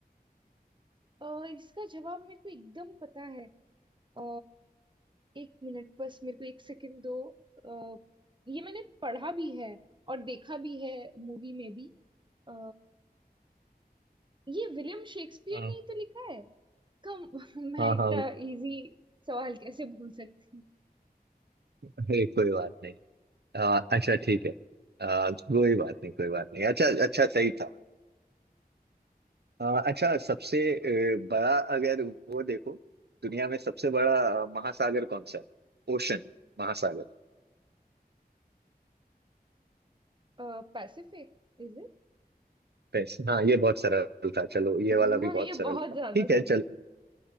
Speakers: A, on the right (about 30°); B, on the right (about 90°).
A: अ, इसका जवाब मेरे को एकदम पता है अ, एक मिनट बस मेरे को एक सेकंड दो अ, ये मैंने पढ़ा भी है और देखा भी है मूवी में भी अ, ये विलियम शेक्सपियर
B: हाँ
A: ने ही तो लिखा है कम <laughs> मैं
B: हाँ
A: इतना
B: हाँ
A: इजी सवाल कैसे भूल सकती
B: अरे कोई बात नहीं आ, अच्छा ठीक है आ, कोई बात नहीं कोई बात नहीं अच्छा अच्छा सही था अ, अच्छा सबसे अ, बड़ा अगर वो देखो दुनिया में सबसे बड़ा अ, महासागर कौन सा है ओशन महासागर
A: हूँ Pacific is it
B: बस, हाँ ये बहुत सरल था चलो ये
A: <laughs>
B: वाला भी बहुत
A: ये
B: सरल
A: बहुत
B: था
A: ज्यादा
B: ठीक है
A: सरल
B: चलो
A: है